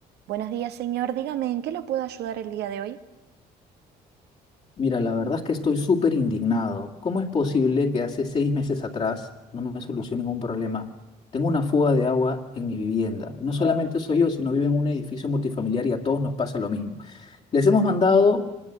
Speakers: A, on the right; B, on the left.
A: Buenos días, señor. Dígame, ¿en qué lo puedo ayudar el día de hoy?
B: Mira, la verdad es que estoy súper indignado. ¿Cómo es posible que hace seis meses atrás no me solucionen un problema? Tengo una fuga de agua en mi vivienda. No solamente soy yo, sino vivo en un edificio multifamiliar y a todos nos pasa lo mismo. Les hemos mandado